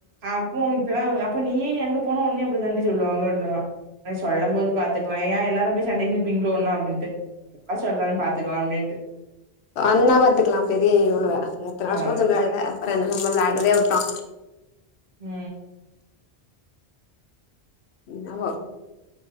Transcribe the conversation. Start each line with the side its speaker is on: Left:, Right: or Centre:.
Right: அப்போ இப்பிட்லா சொல்லுவ அப்ப நீயே அங்க போனா உன்னயு அப்டி தாண்டி சொல்லுவாங்க அப்டி சொன்னா <unintelligible> சொல்லம்போது பாத்துக்கலா ஏ எல்லாரு போய் சண்டைக் நிப்பீங்ளோ ஒன்னா அப்டின்ட்டு யார் சொல்றான்னு பாத்துக்கலா அப்டின்ட்டு
Left: வந்தா பாத்துக்கலா பெரிய இவுளுக
Right: ம்.
Left: அ எத்தன வர்ஷமா
Right: அதா
Left: சொல்லுராளுக அப்பறோ என்ன நம்ம விளாட்றதே உட்டோ
Right: ம்
Left: என்னவோ